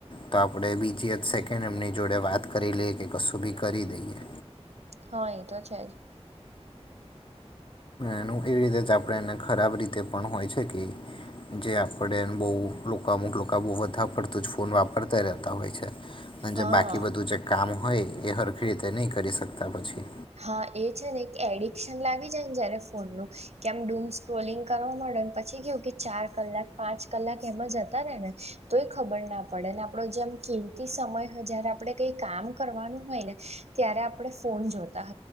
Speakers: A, on the left (about 50°); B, on the right (about 75°).
A: તો આપણે બીજી એક સેકન્ડ એમની જોડે વાત કરી લઈએ કે કશું બી કરી દઈએ.
B: હા એ તો છેજ.
A: એનું એવી રીતે જ આપણે એને ખરાબ રીતે પણ હોય છે, કે જે આપડેન બોવ લોકો અમુક લોકો, બોવ વધા પરતું જ ફોન વાપરતા રહેતા હોય છે, જે
B: હા
A: બાકી બધું કામ હોય એ હરખી રીતે નહી કરી શકતા પછી.
B: હા એ છે ને કે એડિક્શન લાગી જાયને, જયારે ફોનનું કે આમ ડૂમ સ્ક્રોલિંગ કરવા પછી કેવું કે ચાર કલાક પાંચ કલાક એમાં જતા રે ને તો એ ખબર ના પડે આપડો જેમ કિંમ સમય જયારે આપડે કઈ કામ કરવાનું હોય, ને ત્યારે આપણે ફોન જોતા